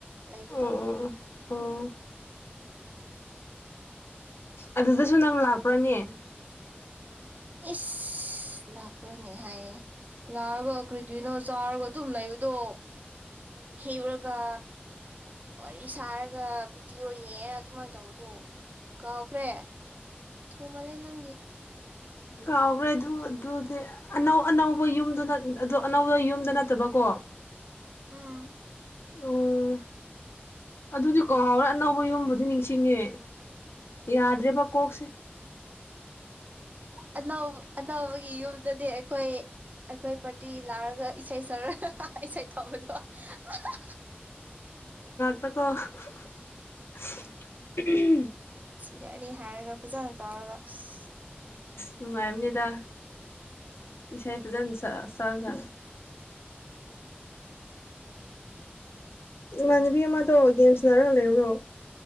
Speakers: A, on the right; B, on the left.
A: ꯂꯩꯕꯗꯣ?
B: ꯑꯣ ꯑꯣ ꯑꯣ ꯑꯣ ꯑꯗꯨꯗꯁꯨ ꯅꯪ ꯂꯥꯛꯄ꯭ꯔꯅꯦ?
A: ꯏꯁ ꯂꯥꯛꯄ꯭ꯔꯅꯦ ꯍꯥꯏꯌꯦ ꯂꯥꯛꯑꯒ ꯀ꯭ꯔꯤ ꯀ꯭ꯔꯤꯅꯣ ꯆꯥꯔꯒ ꯑꯗꯨꯝ ꯂꯩꯕꯗꯣ ꯍꯤꯞꯔꯒ ꯋꯥꯔꯤ ꯁꯥꯔꯒ ꯚꯤꯗꯤꯑꯣ ꯌꯦꯡꯑ ꯑꯗꯨꯃꯥꯏꯅ ꯇꯧꯕꯗꯣ ꯀꯥꯎꯈ꯭ꯔꯦ ꯊꯨꯃꯜꯂꯦ ꯅꯪꯒꯤ
B: ꯀꯥꯎꯈ꯭ꯔꯦ ꯑꯗꯨ ꯑꯗꯨꯗꯤ ꯑꯅꯧ ꯑꯅꯧꯕ ꯌꯨꯝꯗꯨꯅ ꯑꯗꯨ ꯑꯅꯧꯕ ꯌꯨꯝꯗ ꯅꯠꯇꯕꯀꯣ?
A: ꯎꯝ
B: ꯑꯣ ꯑꯗꯨꯗꯤ ꯀꯥꯎꯔꯦ ꯑꯅꯧꯕ ꯌꯨꯝꯕꯨꯗꯤ ꯅꯤꯡꯁꯤꯡꯉꯦ꯫ ꯌꯥꯗ꯭ꯔꯦꯕ ꯀꯣꯛꯁꯦ꯫
A: ꯑꯅꯧꯕ ꯑꯅꯧꯕꯒ ꯌꯨꯝꯗꯗꯤ ꯑꯩꯈꯣꯏ ꯑꯩꯈꯣꯏ ꯄꯥꯔꯇꯤ ꯂꯥꯛꯔꯒ ꯏꯁꯩ ꯁꯛꯔꯒ ꯏꯁꯩ ꯇꯧꯕꯗꯣ ꯑꯍꯥꯍꯥ
B: ꯇꯀꯣ ꯎꯍꯨꯝꯍꯨꯝ ꯑꯍꯝ
A: ꯆꯥꯔꯅꯤ ꯍꯥꯏꯔꯒ ꯐꯖꯅ ꯇꯧꯔꯒ ꯑꯁ
B: ꯅꯨꯡꯉꯥꯏꯔꯝꯅꯦꯗ ꯏꯁꯩ ꯐꯖꯅ ꯁꯛꯑ ꯁꯛꯑꯒ ꯏꯃꯥꯟꯅꯕꯤ ꯑꯃꯗꯣ ꯒꯦꯝ ꯁꯟꯅꯥꯔꯒ ꯂꯩꯕꯔꯣ?